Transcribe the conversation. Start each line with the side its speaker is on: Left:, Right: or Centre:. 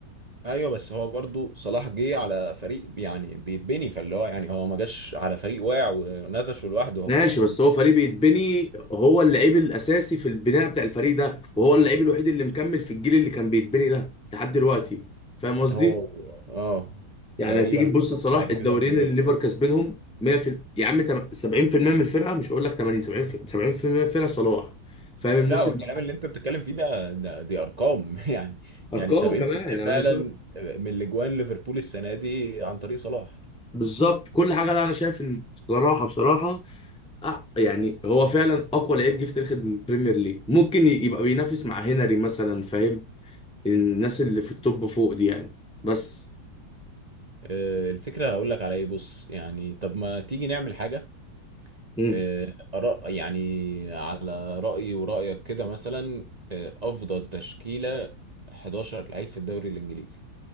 Right: ايوه بس هو برضو صلاح جه على فريق يعني بيتبني فاللي هو يعني هو ما جاش على فريق واقع ونفشه لوحده هو
Centre: ماشي
Right: يعني
Centre: بس هو فريق بيتبني هو اللعيب الاساسي في البناء بتاع الفريق ده وهو اللعيب الوحيد اللي مكمل في الجيل اللي كان بيتبني ده لحد دلوقتي فاهم قصدي
Right: هو اه
Centre: يعني
Right: تقريبا
Centre: هتيجي تبص لصلاح
Right: بعد
Centre: الدوريين
Right: كده بنضيع.
Centre: اللي ليفر كسبانهم 100 في الم- يا عم تم- 70% من الفرقه مش هقول لك 80 70 في- 70% من الفرقه صلاح فاهم الموسم
Right: لا هو الكلام
Centre: ده
Right: اللي انت بتتكلم فيه ده ده- دي ارقام <laughs> يعني
Centre: ارقام
Right: يعني 70%
Centre: كمان يعني انا
Right: فعلا
Centre: مش
Right: من الاجوان ليفربول السنه دي عن طريق صلاح
Centre: بالظبط كل حاجه لا انا شايف ان بصراحه بصراحه أح- يعني هو فعلا اقوى لعيب جه في تاريخ البريمير ليج ممكن ي- يبقى بينافس مع هنري مثلا فاهم الناس اللي في التوب فوق دي يعني بس
Right: آه، الفكره هقول لك على ايه بص يعني طب ما تيجي نعمل حاجه
Centre: مم.
Right: آه، آراء- يعني على رايي ورايك كده مثلا آه، افضل تشكيله 11 لعيب في الدوري الانجليزي